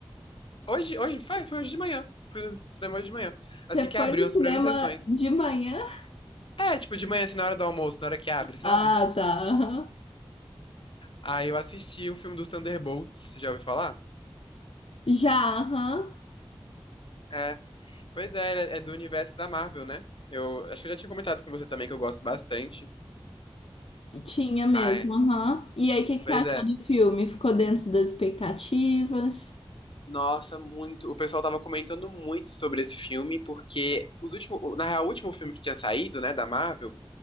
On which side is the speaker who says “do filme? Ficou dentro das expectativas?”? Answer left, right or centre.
Left